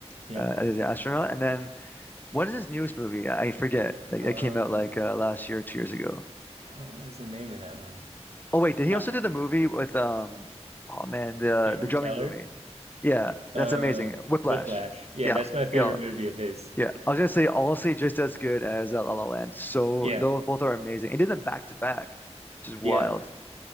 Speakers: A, on the right (about 65°); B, on the left (about 15°).
A: yep.
B: Uh, as an astronaut. And then what is his newest movie? I forget. Like,
A: Um,
B: it came out like uh, last year, two years ago.
A: oh, what was the name of that one?
B: Oh wait, did he
A: I,
B: also do the movie with um oh man, the
A: Andrew
B: the drumming
A: Taylor?
B: movie? Yeah,
A: Uh,
B: that's amazing. Whiplash.
A: Whiplash. Yeah,
B: Yeah.
A: that's my favorite
B: Yo,
A: movie of his.
B: yeah. I was gonna say honestly just as good as uh, La La Land. So
A: Yeah,
B: those both are amazing. He did them back to back, which is wild.
A: yeah.